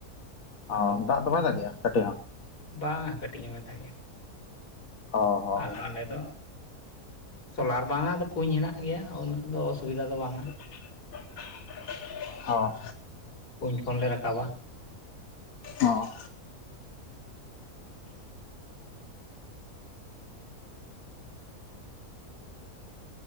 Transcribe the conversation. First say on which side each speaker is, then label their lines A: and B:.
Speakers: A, on the left; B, on the left.
A: ᱟᱫᱚ
B: ᱚᱸ ᱫᱟᱜ ᱫᱚ
A: ᱤᱧ
B: ᱵᱟᱭ ᱫᱟᱜᱮᱜᱼᱟ ᱠᱟᱹᱴᱤᱡ ᱦᱚᱸ
A: ᱵᱟᱝ ᱠᱟᱹᱴᱤᱡ ᱦᱚᱸ ᱵᱟᱭ ᱫᱟᱜᱮᱜ-ᱟ᱾
B: ᱚ ᱦᱚᱸ
A: ᱟᱫᱚ ᱟᱞᱮ ᱫᱚ ᱥᱳᱞᱟᱨ ᱵᱟᱝᱟ ᱟᱫᱚ ᱠᱩᱧ ᱦᱮᱱᱟᱜ ᱜᱮᱭᱟ ᱩᱱᱟᱹᱜ ᱫᱚ ᱟᱥᱩᱵᱤᱫᱟ ᱫᱚ ᱵᱟᱝᱟ
B: <unintelligible> ᱦᱚ
A: ᱠᱩᱧ ᱠᱷᱚᱱᱞᱮ ᱨᱟᱠᱟᱵᱟ
B: ᱦᱚᱸ
A: <unintelligible>